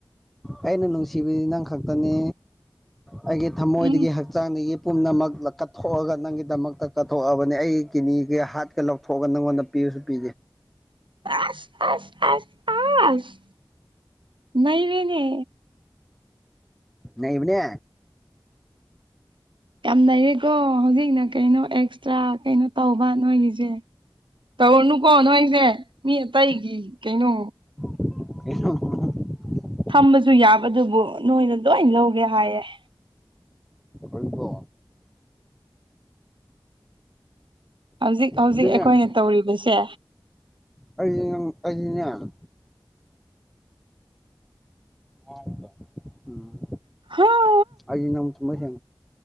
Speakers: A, in the centre; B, on the right.
A: ꯑꯩꯅ ꯅꯨꯡꯁꯤꯕꯕꯁꯤ ꯅꯪ ꯈꯛꯇꯅꯤ ꯑꯩꯒꯤ ꯊꯃꯣꯏꯗꯒꯤ
B: ꯎꯝ
A: ꯍꯛꯆꯥꯡꯗꯒꯤ ꯄꯨꯝꯅꯃꯛ ꯀꯠꯊꯣꯛꯑꯒ ꯅꯪꯒꯤꯗꯃꯛꯇ ꯀꯠꯊꯣꯛꯑꯕꯅꯤ ꯑꯩꯒꯤ ꯀꯤꯅꯤꯒ ꯍꯥꯠꯀ ꯂꯧꯊꯣꯛꯑꯒ ꯅꯪꯉꯣꯟꯗ ꯄꯤꯁ ꯄꯤ
B: ꯑꯁ ꯑꯁ ꯑꯁ ꯑꯁ ꯅ ꯔꯅꯦ
A: ꯅꯕꯅꯦ
B: ꯌꯥꯝ ꯂꯩꯌꯦꯀꯣ ꯍꯧꯖꯤꯛꯅ ꯀꯩꯅꯣ ꯑꯦꯛꯁꯇ꯭ꯔꯥ ꯀꯩꯅꯣ ꯇꯧꯕ ꯅꯣꯏꯒꯤꯁꯦ ꯇꯧꯔꯅꯨꯀꯣ ꯅꯣꯏꯣꯏꯁꯦ ꯃꯤ ꯑꯇꯩꯒꯤ ꯀꯩꯅꯣ
A: <inaudible>
B: ꯊꯝꯕꯁꯨ ꯌꯥꯕꯗꯨꯕꯨ ꯅꯣꯏꯅ ꯂꯣꯏ ꯂꯧꯒꯦ ꯍꯥꯏꯌꯦꯦ
A: ꯣꯏꯀꯣ
B: ꯍꯧꯖꯤꯛ ꯍꯧꯖꯤꯛ
A: ꯑꯗꯨꯅꯦ
B: ꯑꯩꯈꯣꯏꯅ
A: ꯑꯩꯗꯤ ꯅꯪ
B: ꯇꯧꯔꯤꯕꯁꯦ
A: ꯀ ꯀꯩꯉꯅ ꯑ ꯎꯝ
B: ꯍ
A: ꯑ ꯅ ꯊ ꯃꯁ